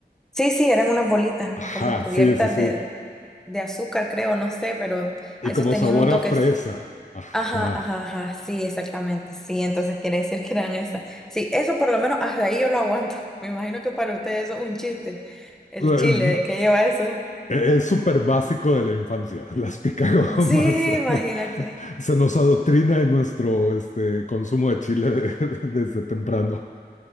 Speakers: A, in the centre; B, on the left.
A: Sí, sí, eran unas bolitas
B: Ajá,
A: como cubiertas
B: sí, sí, sí.
A: de, de azúcar, creo, no sé, pero
B: Y
A: esos
B: como
A: tenían
B: sabor
A: un toque.
B: a fresa. Ajá.
A: Ajá, ajá, ajá, sí, exactamente, sí, entonces quiere decir que eran esas. Sí, eso por lo menos hasta ahí yo lo aguanto. <laughs> Me imagino que para ustedes eso es un chiste, el
B: Eh,
A: chile, que lleva eso?
B: Es súper básico de la infancia. Las picagomas.
A: Sí, imagínate.
B: <laughs> Se nos adoctrina en nuestro este, consumo de chile de- <laughs> desde temprano.